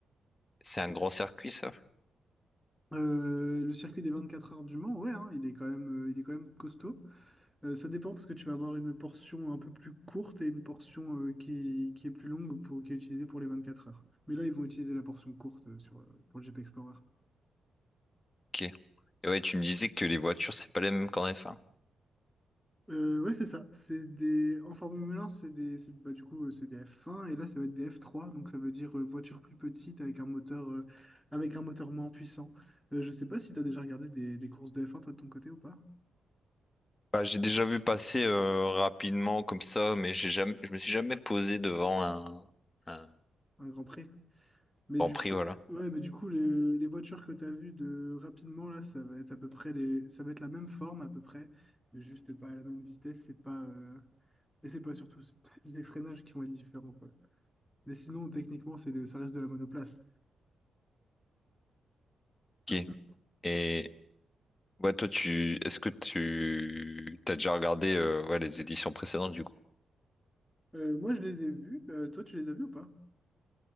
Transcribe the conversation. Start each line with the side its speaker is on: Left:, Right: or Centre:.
Left: C'est un grand circuit, ça?
Centre: Euh, le circuit des 24 heures du Mans, ouais, hein, il est quand même, euh, il est quand même costaud. Euh, ça dépend parce que tu vas avoir une portion un peu plus courte et une portion euh, qui, qui est plus longue pour, qui est utilisée pour les 24 heures. Mais là, ils vont utiliser la portion courte euh, sur, euh, pour le GP Explorer.
Left: Ok. Et ouais, tu me disais que les voitures, c'est pas les mêmes qu'en F1.
Centre: Euh, ouais, c'est ça. C'est des... En Formule 1, c'est des... c'est- bah, du coup, euh, c'est des F1 et là, ça va être des F3. Donc, ça veut dire euh, voiture plus petite avec un moteur, euh, avec un moteur moins puissant. Euh, je sais pas si tu as déjà regardé des, des courses de F1, toi, de ton côté ou pas?
Left: Bah, j'ai déjà vu passer euh, rapidement comme ça, mais j'ai jamais, je me suis jamais posé devant un, un
Centre: Un Grand Prix? Mais
Left: Grand
Centre: du
Left: Prix,
Centre: coup,
Left: voilà.
Centre: ouais, mais du coup, les, les voitures que tu as vues de rapidement, là, ça va être à peu près les, ça va être la même forme à peu près, mais juste pas à la même vitesse, c'est pas, euh, et c'est pas surtout c'est pas <laughs> les freinages qui vont être différents, quoi. Mais sinon, techniquement, c'est de- ça reste de la monoplace. <clears throat>
Left: Ok. Et ouais, toi, tu, est-ce que tu, t'as déjà regardé euh, ouais, les éditions précédentes du coup?
Centre: Euh, moi, je les ai vus. Euh, toi, tu les as vus ou pas?